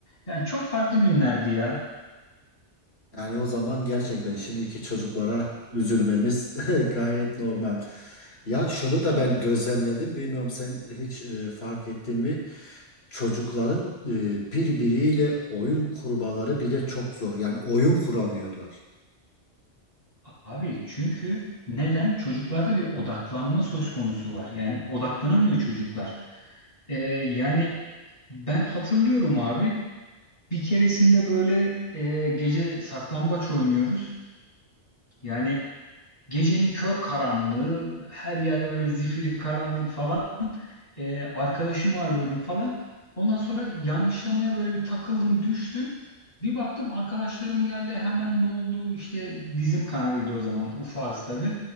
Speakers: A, on the left (about 35°); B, on the left (about 60°).
A: Yani çok farklı günlerdi ya.
B: Yani o zaman gerçekten şimdiki çocuklara üzülmemiz <laughs> gayet normal. Ya şunu
A: Aynen.
B: da ben gözlemledim. Bilmiyorum sen hiç e, fark ettin mi? Çocukların e, birbiriyle oyun kurmaları bile çok zor. Yani oyun kuramıyorlar.
A: Abi çünkü neden? Çocuklarda bir odaklanma söz konusu var. Yani odaklanamıyor çocuklar. Ee, yani ben hatırlıyorum abi bir keresinde böyle e, gece saklambaç oynuyoruz. Yani gecenin kör karanlığı, her yer böyle zifiri karanlık falan. Ee, arkadaşımı arıyorum falan. Ondan sonra yanlışlamaya böyle bir takıldım, düştüm. Bir baktım arkadaşlarım geldi hemen ne oldu işte dizim kanadıydı o zamanlar ufağız tabii.